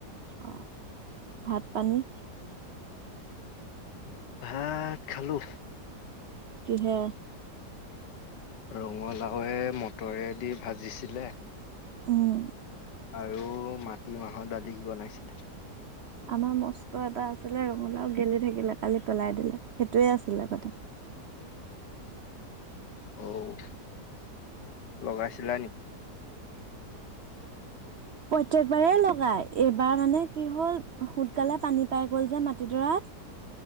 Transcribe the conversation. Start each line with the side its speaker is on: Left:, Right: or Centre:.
Right: অ', ভাত পানী।
Left: ভাত খালো।
Right: কিহে।
Left: ৰঙালাওে মটৰেদি ভাজিছিলে।
Right: উম।
Left: আৰু মাটি মাহৰ দালি বনাইছিলে।
Right: আমাৰ মস্ত এটা আছিলে ৰঙালাও গেলি থাকিলে কালি পেলাই দিলে সেইটোয়ে আছিলে মানে।
Left: অ', লগাইছিলা নে
Right: প্ৰত্যেকবাৰেেই লগাই এইবাৰ মানে কি হ'ল সোনকালে পানী পাই গ'ল যে মাটিডৰাত।